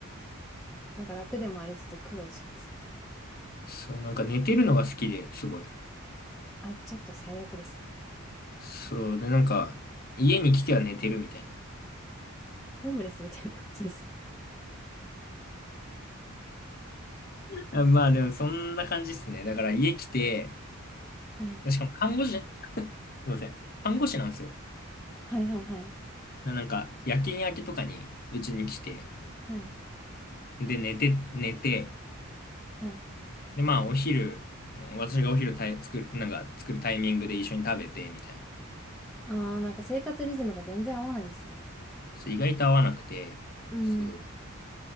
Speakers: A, in the centre; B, on the left.
A: なんか楽でもありつつ苦労しますね。
B: そう、なんか寝てるのが好きで、すごい。
A: あ、ちょっと最悪ですね。
B: そう、で、なんか、家に来ては寝てるみたいな。
A: ホームレスみたいな感じです。
B: あまあでも、そんな感じですね。だから家来て、
A: はい。
B: しかも看護師、すいません。看護師なんですよ。
A: はいはいはい。
B: な、なんか、夜勤明けとかに、うちに来て、
A: はい。
B: で、寝て、寝て、
A: はい。
B: で、まあ、お昼、うん私がお昼たい、作る、なんか、作るタイミングで一緒に食べて、みたいな。
A: あー、なんか生活リズムが全然合わないんですね。
B: そう意外と合わなくて、
A: うん。
B: そ